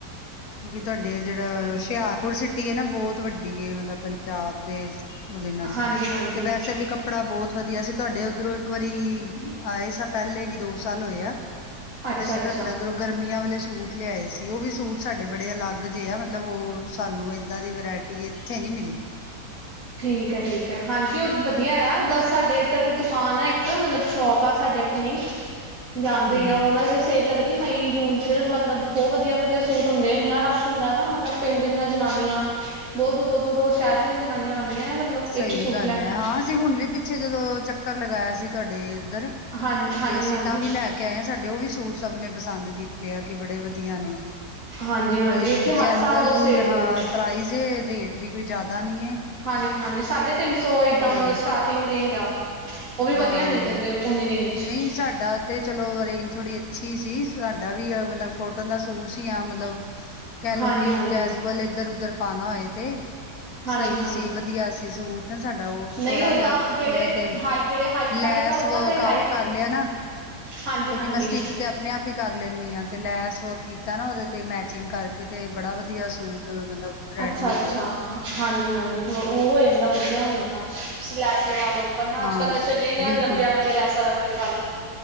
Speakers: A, on the left (about 60°); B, on the right (about 50°).
A: ਉਹ ਵੀ ਤੁਹਾਡੇ ਜਿਹੜਾ ਹੁਸ਼ਿਆਰ। ਔਰ ਸਿਟੀ ਹੈ ਨਾ ਬਹੁਤ ਵੱਡੀ ਏ, ਮਤਲਬ ਪੰਜਾਬ ਦੇ ਉਹਦੇ ਨਾਲ
B: ਹਾਂਜੀ-ਹਾਂਜੀ
A: ਤੇ ਵੈਸੇ ਵੀ। ਕੱਪੜਾ ਬਹੁਤ ਵਧੀਆ ਸੀ ਤੁਹਾਡੇ ਉੱਧਰੋਂ ਇੱਕ ਵਾਰੀ ਆਏ ਸਾਂ ਪਹਿਲੇ ਵੀ ਦੋ ਸਾਲ ਹੋਏ ਆ।
B: ਅੱਛਾ-ਅੱਛਾ
A: ਤੇ ਅਸੀਂ ਤੁਹਾਡੇ ਉੱਧਰੋਂ ਗਰਮੀਆਂ ਵਾਲੇ ਸੂਟ ਲਿਆਏ ਸੀ ਉਹ ਵੀ ਸੂਟ। ਸਾਡੇ ਬੜੇ ਅਲੱਗ ਜਿਹੇ ਆ ਮਤਲਬ ਉਹ ਸਾਨੂੰ ਏਦਾਂ ਦੀ ਵਰਾਇਟੀ ਇੱਥੇ ਨੀ ਮਿਲੀ।
B: ਠੀਕ ਹੈ ਠੀਕ ਹੈ, ਹਾਂਜੀ ਉਹ ਵਧੀਆ ਆ ਦਾ ਸਾਡੇ ਇੱਧਰ ਦੁਕਾਨ ਆ ਇੱਕ ਮਤਲਬ ਸ਼ੋਪ। ਪਰ ਸਾਡੇ ਆਪਣੀ।
A: <inaudible>
B: ਜਾਂਦੇ
A: ਹੂੰ।
B: ਈ ਆ ਓਨਾਂ ਦੇ ਸੇਲ ਲੱਗਦੀ ਮਈ ਜੂਨ 'ਚ ਮਤਲਬ ਬਹੁਤ ਵਧੀਆ- ਵਧੀਆ ਸੂਟ ਹੁੰਦੇ ਇੰਨਾ ਰਸ਼ ਹੁੰਦਾ ਨਾ ਮਤਲਬ ਪਿੰਡ ਦੀਆਂ ਜਨਾਨੀਆਂ, ਬਹੁਤ ਦੂਰੋਂ-ਦੂਰੋਂ ਸ਼ਹਿਰ ਦੀਆਂ ਜਨਾਨੀਆਂ ਆਦੀਆਂ ਹੈ, ਮਤਲਬ
A: ਸਹੀ
B: ਇੱਥੋਂ ਸੂਟ
A: ਗੱਲ
B: ਲੈਣ
A: ਹੈ ਹਾਂ ਅਸੀ ਹੁਣ ਵੀ ਪਿੱਛੇ ਜਦੋ ਚੱਕਰ ਲਗਾਇਆ ਸੀ ਤੁਹਾਡੇ ਇੱਧਰ
B: ਹਾਂ ਹਾਂਜੀ
A: ਤੇ ਅਸੀ
B: ਹਾਂਜੀ
A: ਤਾਂ ਵੀ ਲੈ ਕੇ ਕੇ ਆਏ ਆ, ਸਾਡੇ ਉਹ ਵੀ ਸੂਟ ਸਭ ਨੇ ਪਸੰਦ ਕੀਤੇ ਆ ਕਿ ਬੜੇ ਵਧੀਆ ਨੇ।
B: ਹਾਂਜੀ ਹਾਂਜੀ
A: ਬਈ
B: ਇੱਥੇ ਹਰ
A: ਜੈਨੂਅਲ
B: ਸਾਲ ਉਹ ਸੇਲ
A: ਹਾਂ
B: ਲੱਗਦੀ
A: ਪ੍ਰਾਈਜ਼ ਏ ਰੇਟ ਵੀ ਕੋਈ ਜ਼ਿਆਦਾ ਨਹੀ ਹੈ।
B: ਹਾਂਜੀ- ਹਾਂਜੀ ਸਾਢੇ ਤਿੰਨ ਸੋ ਏਦਾਂ
A: ਤੇ
B: ਮਤਲਬ ਸਟਾਰਟਿੰਗ ਰੇਂਜ ਆ। ਉਹ ਵੀ ਵਧੀਆ
A: ਹਾਂ
B: ਮਿਲ ਜਾਂਦੇ ਉਨੀ ਰੇਂਜ
A: ਨਹੀ
B: ਚ
A: ਸਾਡਾ ਤੇ ਚਲੋ ਰੇਂਜ ਥੋੜ੍ਹੀ ਅੱਛੀ ਸੀ ਸਾਡਾ ਵੀ ਮਤਲਬ ਕੋਟਨ ਦਾ ਸੂਟ ਸੀ ਆ ਮਤਲਬ। ਕਹਿਲੋ
B: ਹਾਂਜੀ
A: ਕਿ
B: ਹਾਂਜੀ
A: ਕੈਜੂਵਲ ਇੱਧਰ ਉਧਰ ਪਾਣਾ ਹੋਏ ਤੇ।
B: ਹਾਂਜੀ
A: ਸਹੀ
B: ਹਾਂਜੀ
A: ਸੀ ਵਧੀਆ ਸੀ ਸੂਟ ਨਾ ਸਾਡਾ ਉਹ
B: ਨਹੀਂ
A: ਥੋੜਾ
B: ਓਦਾਂ
A: ਜਿਹਾ
B: ਜਿਹੜੇ
A: ਉਹਦੇ ਤੇ।
B: ਹਾਈ ਜਿਹੜੇ ਹਾਈ ਪ੍ਰਾਈਜ਼
A: ਲੈਸ
B: ਆ ਉਹ
A: ਵਰਕ
B: ਤਾਂ ਫਿਰ
A: ਆਪ
B: ਹਾਈ
A: ਕਰ ਲਿਆ ਨਾ।
B: ਹਾਂਜੀ
A: ਕਿਉਂਕਿ
B: ਹਾਂਜੀ
A: ਮੈਂ ਸਟਿਚ ਤੇ ਆਪਣੇ ਆਪ ਹੀ ਕਰ ਲੈਂਦੀ ਹਾਂ ਤੇ ਲੈਸ ਵਰਕ ਕੀਤਾ ਨਾ ਉਹਦੇ। ਤੇ ਮੈਚਿੰਗ ਕਰਕੇ ਤੇ ਬੜਾ ਵਧੀਆ ਸੂਟ। ਮਤਲਬ ਰੈਡੀ
B: ਅੱਛਾ ਅੱਛਾ।
A: ਹੋ ਗਿਆ ਉਹ
B: ਹਾਂਜੀ ਹਾਂਜੀ, ਉਹ ਹੋ ਜਾਂਦਾ ਵਧੀਆ ਹੋ ਜਾਂਦਾ ਤੁਸੀਂ ਲੈਸ ਲਗਾ ਲਓ। ਪਰ ਨਾ
A: ਹਾਂ
B: ਅੱਜ ਕੱਲ ਤਾਂ ਚੱਲੀਆਂ ਹੀ ਆ
A: ਬਿਲਕੁਲ
B: ਲੰਬੀਆਂ ਲੰਬੀਆਂ ਲੈਸਾਂ ਕਰਕੇ ਲਗਾ ਲੋ।